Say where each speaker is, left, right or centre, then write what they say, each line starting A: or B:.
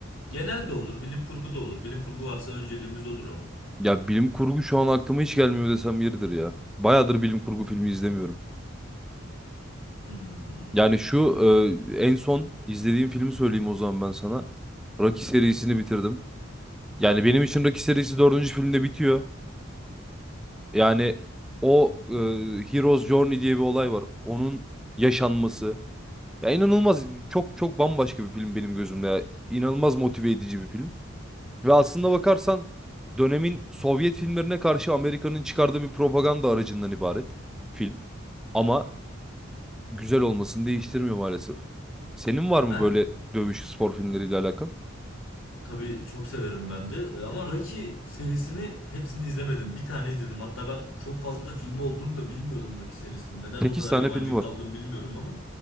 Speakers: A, on the left (about 75°); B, in the centre.
A: Genel de olur, bilim kurgu da olur. Bilim kurgu varsa önceliğimiz odur ama.
B: Ya bilim kurgu şu an aklıma hiç gelmiyor desem yeridir ya. Bayağıdır bilim kurgu filmi izlemiyorum.
A: Hmm.
B: Yani şu e, en son izlediğim filmi söyleyeyim o zaman ben sana. Rocky
A: Hı hı.
B: serisini bitirdim. Yani benim için Rocky serisi dördüncü filmde bitiyor. Yani o e, Hero's Journey diye bir olay var. Onun yaşanması. Ya inanılmaz çok çok bambaşka bir film benim gözümde. Ya. İnanılmaz motive edici bir film. Ve aslında bakarsan dönemin Sovyet filmlerine karşı Amerika'nın çıkardığı bir propaganda aracından ibaret film. Ama güzel olmasını değiştirmiyor maalesef. Senin var mı
A: Ben
B: böyle dövüş spor filmleriyle alakan?
A: Tabii çok severim ben de. E, Ama Rocky serisini hepsini izlemedim. Bir tane izledim. Hatta ben çok fazla da filmi olduğunu da bilmiyordum Rocky serisinin. Neden
B: 8
A: o kadar
B: tane
A: yabancı
B: filmi var.
A: kaldım bilmiyorum ama.